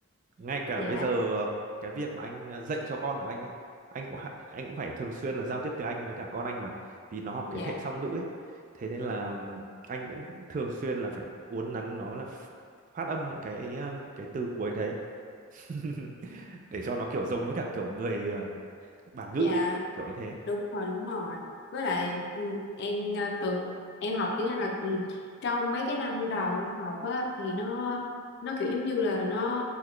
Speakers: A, on the right; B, on the left.
A: ngay cả
B: dạ
A: bây giờ ờ, cái việc mà anh ờ, dạy cho con của anh ấy anh cũng hạ- anh cũng phải thường xuyên là giao tiếp tiếng Anh với cả con anh mà vì nó học
B: dạ
A: cái hệ song ngữ ấy thế nên là ừm, anh cũng thường xuyên là phải uốn nắn nó là ph- phát âm những cái ấy, ừm, cái từ cuối đấy <laughs> để cho nó kiểu giống với cả kiểu người ờ, bản ngữ
B: dạ
A: ấy kiểu như thế
B: đúng rồi đúng rồi với lại ừ, em ờ, tự em học tiếng Anh là ừ, trong mấy cái năm đầu em học á thì nó nó kiểu giống như là nó